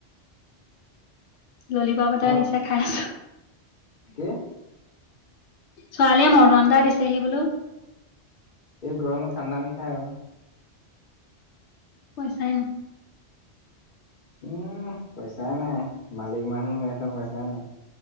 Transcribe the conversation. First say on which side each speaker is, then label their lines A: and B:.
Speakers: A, on the left; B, on the left.
A: ললিপপ এটা
B: মই
A: দিছে খাই আছো।
B: কি?
A: ছোৱালীয়ে মৰটন এটা দিছেহি বোলো।
B: এই গৰমত ঠাণ্ডা আনি খা আৰু।
A: পইচাই নাই।
B: উহ পইচা নাই, মালিক মানুহ হৈ আছে পইচাই নাই।